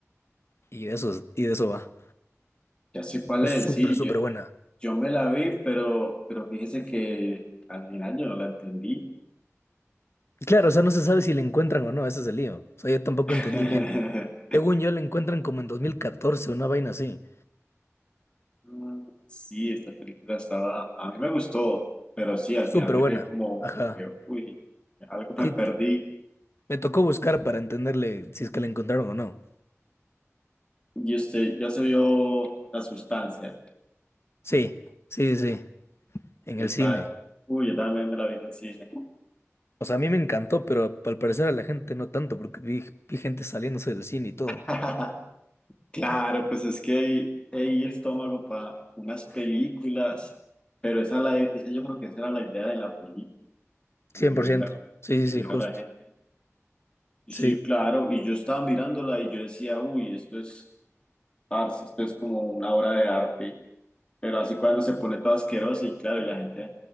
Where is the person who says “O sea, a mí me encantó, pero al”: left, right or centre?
Left